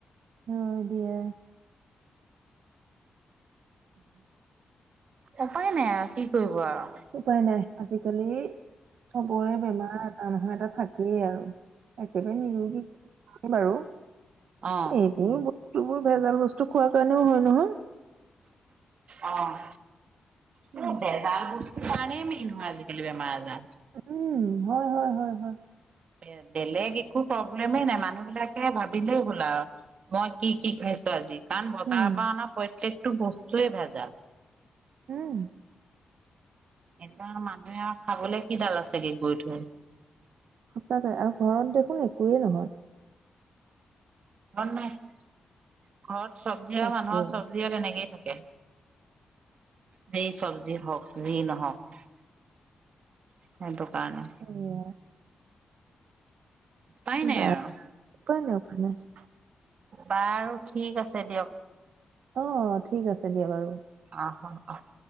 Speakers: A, on the right; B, on the right.
A: হয়, দিয়া।
B: উপায় নাই কি কৰিব আৰু?
A: উপায় নাই আজিকালি চবৰে বেমাৰ <unintelligible> এটা থাকেই আৰু। একেবাৰে নিৰোগী বাৰু
B: অ'।
A: এইবোৰ বোৰ ভেজাল বস্তু খোৱা <unintelligible> হয়, নহয়।
B: অ'। এ, <unintelligible>
A: উম,
B: <unintelligible> মেইন হয়, আজিকালি বেমাৰ আজাৰ।
A: উম, হয়, হয়, হয়। হয়।
B: বে-বেলেগ একো প্ৰব্লেমে নাই, মানুহ বিলাকে ভাব দিলেই হ'ল আ, মই কি কি খাইছোঁ আজি কাৰণ বজাৰৰ
A: উম,
B: পৰা অনা প্ৰত্যেক টো, বস্তুৱে ভেজাল।
A: উম।
B: <unintelligible> মানুহে আৰু খাবলৈ কিডাল আছেগে গৈ, থৈ।
A: সঁচাকৈ, আৰু ঘৰত দেখোন একোয়ে নহয়।
B: <unintelligible> ঘৰত চব্জি আৰু
A: তাকে।
B: মানুহৰ চব্জি তেনেকেই থাক <unintelligible> সেই চব্জি হওঁক যি, ন হওঁক, সেইটো কাৰণে
A: সেয়া
B: উপাই নাই
A: বা
B: আৰু।
A: উপাই আপোনাৰ
B: বাৰু ঠিক আছে দিয়ক।
A: অ' ঠিক আছে দিয়া বাৰু।
B: অ' অ' অ'।